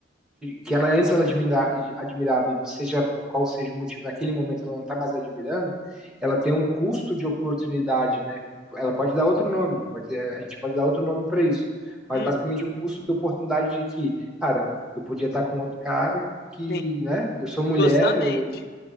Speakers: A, in the centre; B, on the left.
A: que ela antes ela admira, admirava, e seja por qual seja o motivo, naquele momento ela não está mais admirando, ela tem um custo de oportunidade, né? Ela pode dar outro nome, pode, a gente pode dar outro nome para isso, mas
B: Hum,
A: basicamente o custo de oportunidade de que, cara, eu podia estar com outro cara que,
B: sim.
A: né? Eu sou mulher,
B: Justamente.
A: eu,